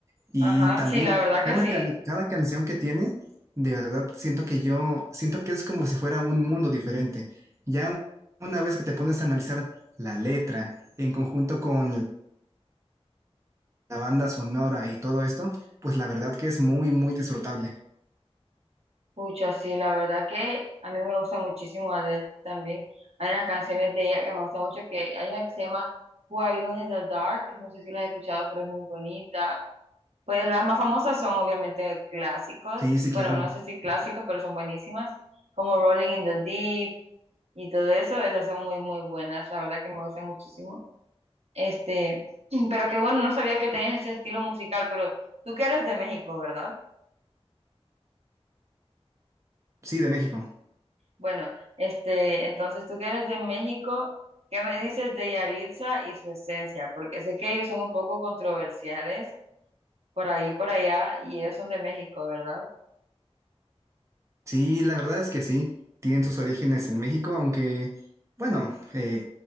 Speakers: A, on the right; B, on the right.
A: Y
B: Ajá,
A: también
B: sí, la verdad
A: cada,
B: que sí.
A: ca- cada canción que tiene, de verdad siento que yo, siento que es como si fuera un mundo diferente. Ya una vez que te pones a analizar la letra en conjunto con la banda sonora y todo esto, pues la verdad que es muy, muy disfrutable.
B: Pucha, sí, la verdad que a mí me gusta muchísimo Adele también. Hay unas canciones de ella que me gustan mucho, que hay una que se llama Who Are You in the Dark, no sé si la has escuchado, pero es muy bonita. Pues las más famosas son obviamente clásicos,
A: Sí, sí,
B: bueno,
A: claro.
B: no sé si clásicos, pero son buenísimas, como Rolling in the Deep y todo eso, esas son muy, muy buenas, la verdad que me gustan muchísimo. Este, <clears throat> pero que bueno, no sabía que tenías ese estilo musical, pero tú que eres de México, ¿verdad?
A: Sí, de México.
B: Bueno, este, entonces tú que eres de México, ¿qué me dices de Yaritza y su esencia? Porque sé que ellos son un poco controversiales por ahí, por allá, y ellos son de México, ¿verdad?
A: Sí, la verdad es que sí, tienen sus orígenes en México, aunque, bueno, eh,